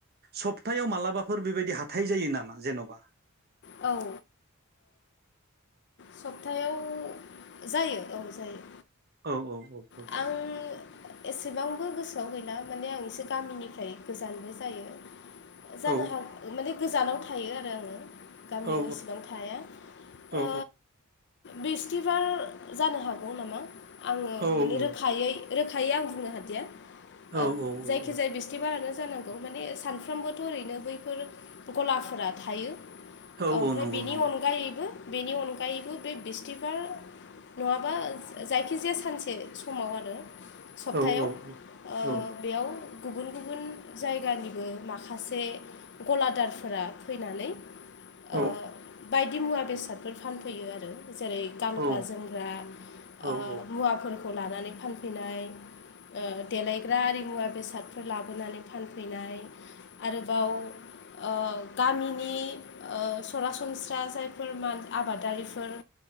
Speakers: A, on the right (about 50°); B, on the left (about 55°).
A: सप्तायाव मालाबाफोर बेबायदि हाथाय जायो नामा जेन'बा
B: औ सप्थायायाव जायो औ जायो
A: औ औ औ औ
B: आं एसेबांबो गोसोआव गैला माने आं एसे गामिनिफ्राय गोजानबो जायो जानो
A: औ
B: हाग माने गोजानाव थायो आरो आङो गामियाव
A: औ
B: इसेबां थाया
A: औ
B: ओ बिस्थिबार जानो हागौ नामा आङो
A: औ औ
B: माने रोखायै
A: औ
B: रोखायै आं बुंनो हादिया ओ
A: औ औ
B: जायखिजाया बिस्थिबारानो जानांगौ माने सानफ्रामबोथ' ओरैनो बैफोर गलाफोरा थायो
A: औ
B: ओमफ्राय
A: औ नंगौ
B: बेनि
A: नंगौ
B: अनगायैबो बेनि अनगायैबो बे बिस्थिबार नङाबा जायखिजाया सानसे समाव आरो सप्तायाव
A: औ औ
B: ओ
A: औ
B: बेयाव गुबुन-गुबुन जायगानिबो माखासे गलादारफोरा फैनानै
A: औ
B: ओ बायदि मुवा बेसादफोर फानफैयो आरो जेरै गानग्रा
A: औ
B: जोमग्रा ओ
A: औ
B: मुवाफोरखौ लानानै फान फैनाय ओ देलायग्रा आरि मुवा बेसादफोर लाबोनानै फानफैनाय आरोबाव ओ गामिनि ओ सरासन स्रा जायफोर मान आबादारिफोर